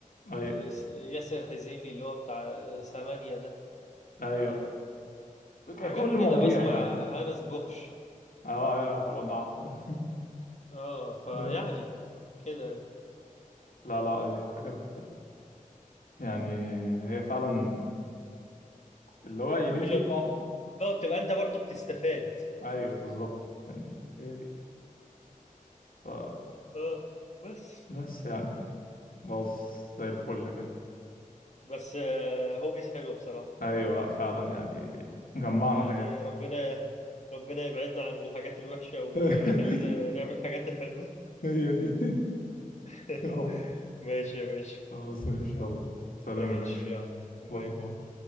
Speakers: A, on the left; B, on the left.
A: أيوه
B: آه، ياسر حزيمي اللي هو بتاع آه، ثمانية ده
A: أيوه ك-
B: حاجات
A: كل مواضيع
B: كده بسمع
A: يعني
B: انس بوخش
A: أه أيوه أيوة طبعا ده عارفه ده
B: اه فيعني
A: ده
B: كده
A: لا لا دي حاجات يعني هي فعلا اللي هو اليوتيوب
B: اللي
A: ده عم-
B: هو بتبقى انت برضو بتستفاد
A: أيوه بالظبط يعني هي دي ف...
B: اه بس
A: بس يعني بص زي الفل كده
B: بس آه هوبيز حلوة بصراحة
A: أيوه لا فعلا يعني جمعنا
B: يعني
A: حاجات
B: ربنا ربنا يبعدنا عن الحاجات الوحشة ويخلينا
A: <laughs>
B: نعمل الحاجات الحلوة
A: هي دي
B: <laughs>
A: يا رب
B: ماشي يا باشا
A: خلاص ماشي يلا سلام
B: ماشي
A: يا باشا
B: يلا باي
A: باي باي
B: باي